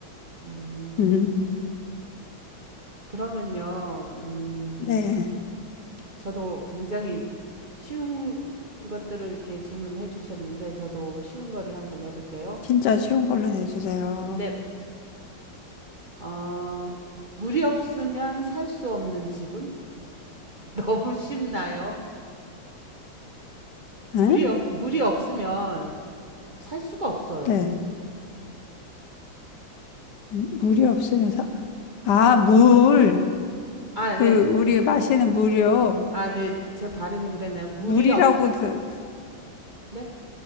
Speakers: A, on the right; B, on the left.
A: 음,
B: 음,
A: 그러면요. 음.
B: 네.
A: 저도 굉장히 쉬운 것들을 이렇게 질문해 주셨는데 저도 쉬운 거를 한번 내볼게요.
B: 진짜 쉬운 걸로 내주세요.
A: 네, 어, 물이 없으면 살 수 없는 집은 <laughs> 너무 쉽나요?
B: 응?
A: 물이 없 물이 없으면 살 수가 없어요.
B: 네. 무- 물이 없으면 사, 아, 물.
A: 아,
B: 그,
A: 네,
B: 우리
A: 제,
B: 마시는 물이요.
A: 아, 네, 제 발음이 그랬나요? 물이
B: 물이라고,
A: 없,
B: 들
A: 네,